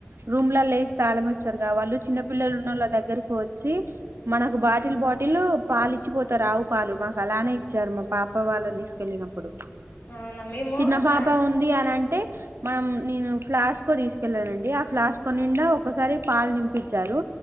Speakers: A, on the right (about 80°); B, on the left (about 60°).
A: రూమ్ లేల్ల వేసి తాళం రు కా వాళ్ళు చిన్నపిల్లలు ఉన్న వోళ్ళ దగ్గరకి వచ్చి మనకు బాటిల్ బాటిల్ పాలు ఇచ్చిపోతరు పాలు మాకు అలానే ఇచ్చారు మా పాప వాళ్ళని తీసుకెళ్ళినప్పుడు
B: అవును మేము
A: చిన్న
B: స
A: పాప ఉంది అని అంటే మనం నేను ఫ్లస్కో తీసుకెళ్లానండి ఆ ఫ్లాస్క్ నిండా ఒకసారి పాలు నింపించారు